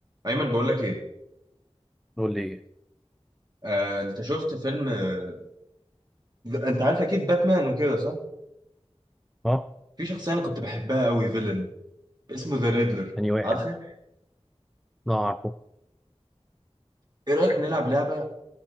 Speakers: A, on the right; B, in the centre.
A: ايمن بقول لك ايه
B: قول لي ايه
A: آه، انت شفت فيلم آه، انت عارف اكيد باتمان وكده صح
B: اه
A: في شخصيه انا كنت بحبها قوي فيلن اسمه ذا ريدلر
B: انهي واحد
A: عارفه
B: لا عارفه
A: ايه رايك نلعب لعبه